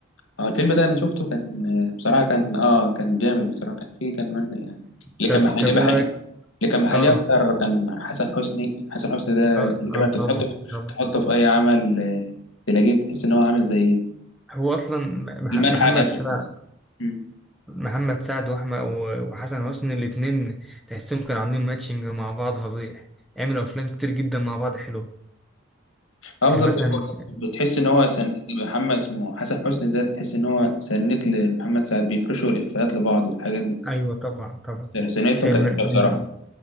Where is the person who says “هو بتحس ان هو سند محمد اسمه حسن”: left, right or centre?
Left